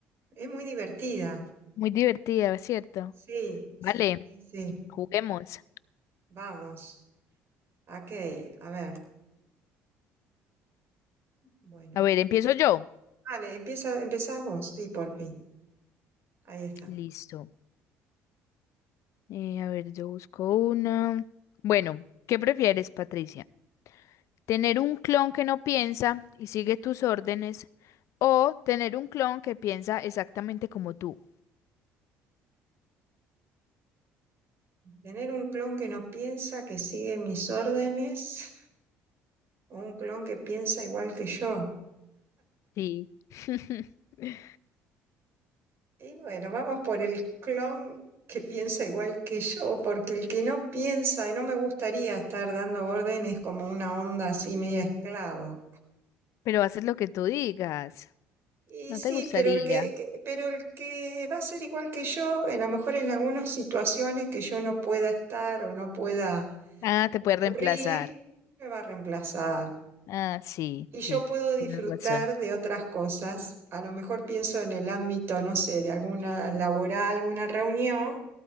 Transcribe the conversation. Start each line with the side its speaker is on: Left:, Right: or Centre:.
Right: es muy divertida.
Left: Muy divertida, ¿cierto?
Right: Sí, sí,
Left: Vale,
Right: sí, sí.
Left: juguemos.
Right: Vamos. Ok, a ver. Bueno.
Left: A ver, empiezo yo.
Right: Vale, empieza, empezás vos. Sí, por fin. Ahí está.
Left: Listo. Eh, a ver, yo busco una. Bueno, ¿qué prefieres, Patricia? ¿Tener un clon que no piensa y sigue tus órdenes o tener un clon que piensa exactamente como tú?
Right: Tener un clon que no piensa, que sigue mis órdenes, <laughs> o un clon que piensa igual que yo.
Left: Sí. <laughs>
Right: Y bueno, vamos por el clon que piensa igual que yo, porque el que no piensa y no me gustaría estar dando órdenes como una onda así media esclava.
Left: Pero haces lo que tú digas.
Right: Y
Left: ¿No
Right: sí,
Left: te gustaría?
Right: pero el que, que- pero el que va a ser igual que yo, a lo mejor en algunas situaciones que yo no pueda estar o no pueda
Left: Ah,
Right: ocurrir,
Left: te puede reemplazar.
Right: me va a reemplazar.
Left: Ah, sí,
Right: Y
Left: sí,
Right: yo puedo disfrutar
Left: tienes razón.
Right: de otras cosas. A lo mejor pienso en el ámbito, no sé, de alguna laboral, alguna reunión.